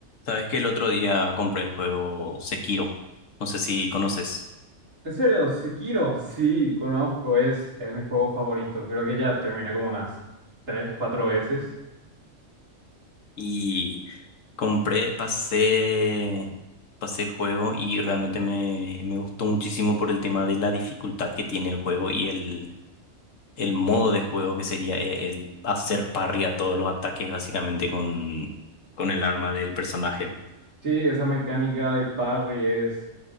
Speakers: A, on the left; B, on the right.
A: Sabes que el otro día compré el juego Sekiro, no sé si conoces,
B: ¿En serio? ¿Sekiro? Sí, conozco, es, es mi juego favorito. Creo que ya terminé como unas tres, cuatro veces.
A: y compré, pasé, pasé el juego y realmente me, me gustó muchísimo por el tema de la dificultad que tiene el juego y el, el modo de juego que sería e- el hacer parry a todos los ataques básicamente con, con el arma del personaje.
B: Sí, esa mecánica de parry es,